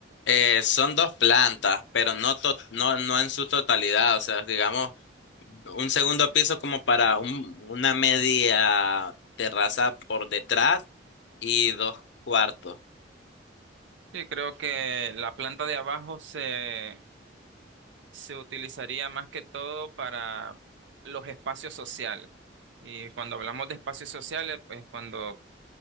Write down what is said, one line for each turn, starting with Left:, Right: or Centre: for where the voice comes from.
Left: Eh, son dos plantas, pero no, to- no, no en su totalidad, o sea, digamos. Un segundo piso como para un- una media terraza por detrás y dos cuartos.
Right: Sí, creo que la planta de abajo se, se utilizaría más que todo para los espacios sociales. Y cuando hablamos de espacios sociales, pues cuando